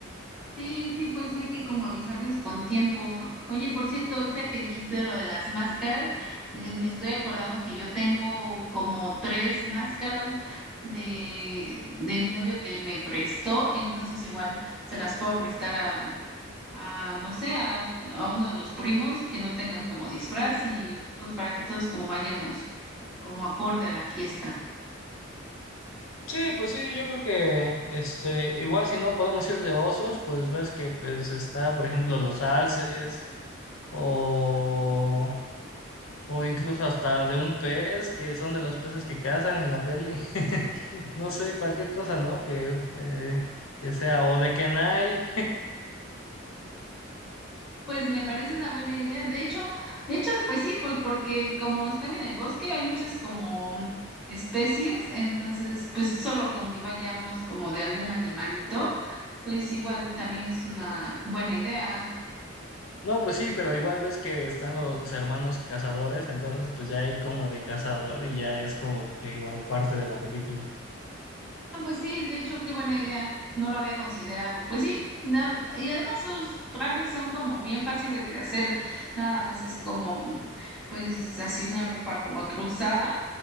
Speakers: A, in the centre; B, on the left (about 85°).
A: Sí, sí, pues hay que como avisarles con tiempo. Oye, por cierto, ahorita que dijiste de lo de las máscaras, eh, me estoy acordando que yo tengo como tres máscaras de, de mi novio que me prestó, entonces igual se las puedo prestar a, a no sé, a, a uno de los primos que no tengan como disfraz y pues para que todos como vayamos como acorde a la fiesta.
B: Sí, pues sí, yo creo que este, igual si no podemos ir de osos, pues ves que pues está, por ejemplo, los alces o, o incluso hasta de un pez, que son de los peces que cazan en la peli. <laughs> No sé, cualquier cosa, ¿no? Que, eh, que sea, o de Kenai
A: Pues me parece una buena idea. De hecho, de hecho, pues sí, pues porque como están en el bosque, hay muchas como especies, entonces, pues solo con que vayamos como de algún animalito, pues igual también es una buena idea.
B: No, pues sí, pero igual ves que están los hermanos cazadores, entonces pues ya ir como de cazador y ya es como que igual parte de la película.
A: Ah, Pues sí, de hecho, qué buena idea. No lo había considerado. Pues sí, nam- y además sus trajes son como bien fáciles de hacer. Nada más es como, pues así una ropa como cruzada.